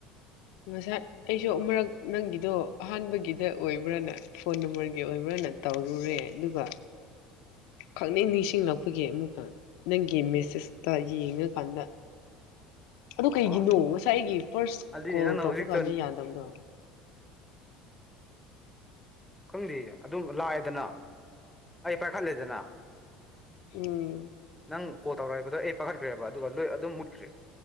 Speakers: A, on the left; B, in the centre.
A: ꯉꯁꯥꯏ ꯑꯩꯁꯨ ꯑꯃꯛ ꯅꯪꯒꯤꯗꯣ ꯑꯍꯥꯟꯕꯒꯤꯗ ꯑꯣꯏꯕ꯭ꯔꯥꯅ ꯐꯣꯟ ꯅꯝꯕꯔꯒꯤ ꯑꯣꯏꯕ꯭ꯔꯥꯅ ꯇꯧꯔꯨꯔꯦ ꯑꯗꯨꯒ ꯈꯪꯅ ꯅꯤꯡꯁꯤꯡꯂꯛꯄꯒꯤ ꯑꯃꯨꯛꯀ ꯅꯪꯒꯤ ꯃꯦꯁꯦꯁꯇ ꯌꯦꯡꯉꯀꯥꯟꯗ ꯑ ꯀꯩꯒꯤꯅꯣ
B: ꯑꯥ
A: ꯉꯁꯥꯏ ꯑꯩꯒꯤ ꯐꯥꯔꯁ
B: ꯑꯗꯨꯏꯅꯦ
A: ꯀꯣꯜ
B: ꯅꯪꯅ
A: ꯇꯧꯕ
B: ꯍꯧꯖꯤꯛꯇ
A: ꯀꯥꯟꯗ ꯌꯥꯗꯕꯗꯣ
B: ꯈꯪꯗꯦ ꯑꯗꯨꯝ ꯂꯥꯛꯑꯦꯗꯅ ꯑꯩ ꯄꯥꯏꯈꯠꯂꯦꯗꯅ
A: ꯎꯝ
B: ꯅꯪ ꯀꯣꯜ ꯇꯧꯔꯛ <unintelligible> ꯑꯩ ꯄꯥꯈꯠꯈ꯭ꯔꯦꯕ ꯑꯗꯨꯒ ꯂꯣꯏ ꯑꯗꯨꯝ ꯃꯨꯠꯈ꯭ꯔꯦ